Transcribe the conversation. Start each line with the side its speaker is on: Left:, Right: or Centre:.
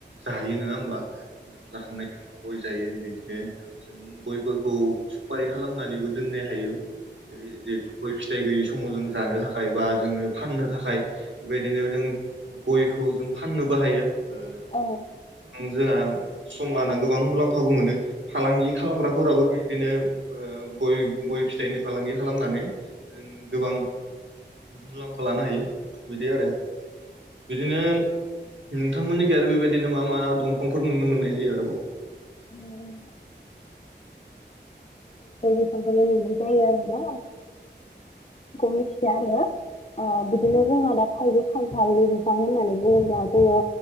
Right: जायो नङा होमबा ओंखाम जाखांनायनि उनाव गय जायो बिदि बि जों गयफोरखौ सुपारि खालामनानैबो दोननो हायो जे द गय फिथाइ गैय समाव जों जानो थाखाय बा जोङो फाननो थाखाय बेबायदिनो जों गयखौ जों फाननोबो हायो ओ
Left: औ
Right: जोंहा सम लाना गोबां मुलाम्फाबो मोनो फालांगि खालामग्राफोराबो बिदिनो ओ गय गय फिथाइनि फालांगि खालामनानै जों गोबां मुलाम्फा लानो हायो बिदि आरो बिदिनो नोंथांमोननिखि आरो बेबायदिनो मा मा दंफांफोर नुनो मोननाय जायो आरोबाव
Left: दावार <unintelligible> <unintelligible> बिफांफोरनि मुंखौ आङो मिथिया आरो
Right: औ
Left: बिदिनो जों थाइजौ खान्थालि बिफां होननानै बुङोब्ला जोङो